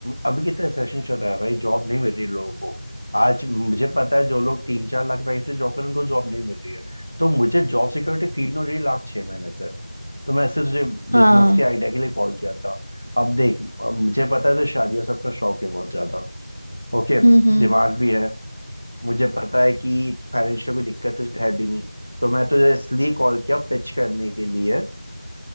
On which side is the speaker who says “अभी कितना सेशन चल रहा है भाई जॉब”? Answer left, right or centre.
Left